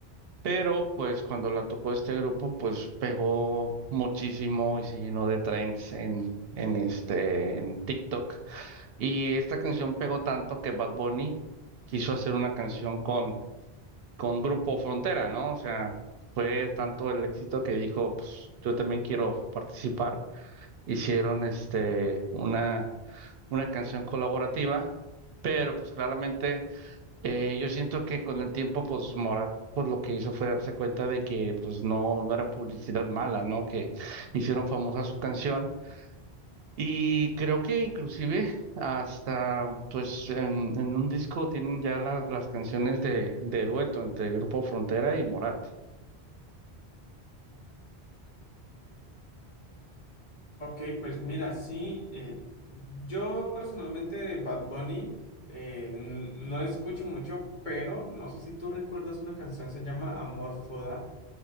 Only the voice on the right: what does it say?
pero pues cuando la tocó este grupo, pues pegó muchísimo y se llenó de trends en, en este, en TikTok. Y esta canción pegó tanto que Bad Bunny quiso hacer una canción con, con Grupo Frontera, ¿no? O sea, fue tanto el éxito que dijo, pues yo también quiero participar. Hicieron este una, una canción colaborativa, pero pues claramente eh, yo siento que con el tiempo, pues Morat, pues lo que hizo fue darse cuenta de que pues no, no era publicidad mala, ¿no? Que hicieron famosa su canción y creo que inclusive hasta pues en, en un disco tienen ya las, las canciones de, de dueto entre Grupo Frontera y Morat.